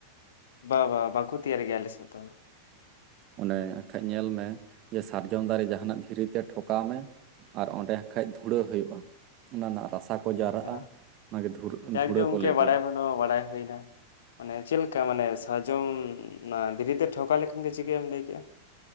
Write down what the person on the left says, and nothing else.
ᱵᱟ ᱵᱟ ᱵᱟᱠᱩ ᱛᱤᱭᱟᱨ ᱜᱮᱭᱟ ᱟᱞᱮᱥᱮᱫ ᱫᱚ
ᱟᱪᱪᱷᱟ
ᱡᱟᱜᱮ
ᱜᱚᱢᱠᱮ
ᱵᱟᱲᱟᱭ ᱵᱟᱹᱱᱩᱜᱼᱟ ᱵᱟᱲᱟᱭ ᱦᱩᱭᱱᱟ ᱢᱟᱱᱮ ᱪᱮᱫ ᱞᱮᱠᱟ ᱢᱟᱱᱮ ᱥᱟᱨᱡᱚᱢ ᱚᱱᱟ ᱫᱷᱤᱨᱤᱛᱮ ᱴᱷᱚᱠᱟᱣ ᱞᱮᱠᱷᱟᱱ ᱜᱮ ᱪᱤᱠᱟᱹ ᱮᱢ ᱞᱟᱹᱭ ᱠᱮᱫᱜᱼᱟ